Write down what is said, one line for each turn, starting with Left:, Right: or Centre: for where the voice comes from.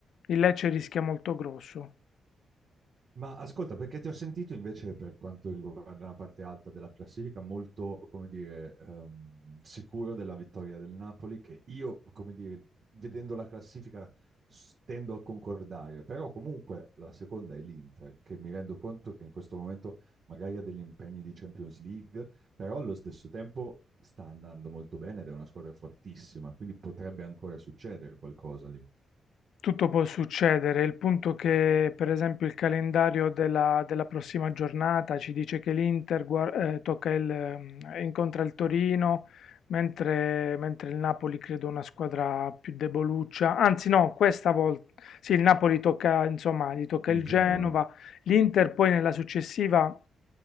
Left: il Lecce rischia molto grosso.
Right: Ma ascolta, perché ti ho sentito invece per quanto riguarda la parte alta della classifica molto, come dire, ehm, sicuro della vittoria del Napoli, che io, come dire, vedendo la classifica s- tendo a concordare, però comunque la seconda è l'Inter, che mi rendo conto che in questo momento magari ha degli impegni di Champions League, però allo stesso tempo sta andando molto bene ed è una squadra fortissima, quindi potrebbe ancora succedere qualcosa lì.
Left: Tutto può succedere, il punto che per esempio il calendario della, della prossima giornata ci dice che l'Inter gua- eh, tocca il, ehm, incontra il Torino, mentre, mentre il Napoli credo una squadra più deboluccia, anzi no, questa volta sì, il Napoli tocca, insomma, gli tocca
Right: Il
Left: il
Right: Genoa.
Left: Genova, l'Inter poi nella successiva